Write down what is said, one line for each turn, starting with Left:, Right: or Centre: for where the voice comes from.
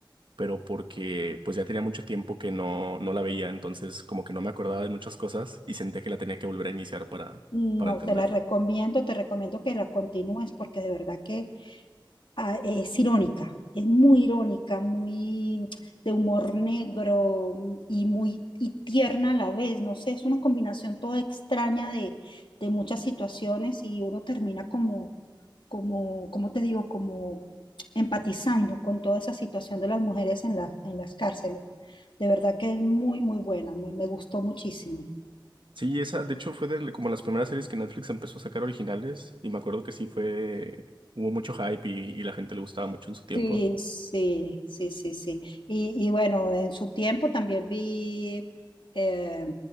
Right: pero porque pues ya tenía mucho tiempo que no, no la veía, entonces como que no me acordaba de muchas cosas y sentía que la tenía que volver a iniciar para,
Left: No,
Right: para entenderla.
Left: te la recomiendo, te recomiendo que la continúes porque de verdad que ah, es irónica, es muy irónica, muy de humor negro mm, y muy y tierna a la vez, no sé, es una combinación toda extraña de, de muchas situaciones y uno termina como, como, como te digo, como empatizando con toda esa situación de las mujeres en la- en las cárceles. De verdad que es muy, muy buena, me me gustó muchísimo.
Right: Sí, esa de hecho fue de, como las primeras series que Netflix empezó a sacar originales y me acuerdo que sí fue, hubo mucho hype y, y la gente le gustaba mucho en su tiempo.
Left: Sí, sí, sí, sí, sí. Y, y bueno, en su tiempo también vi eh,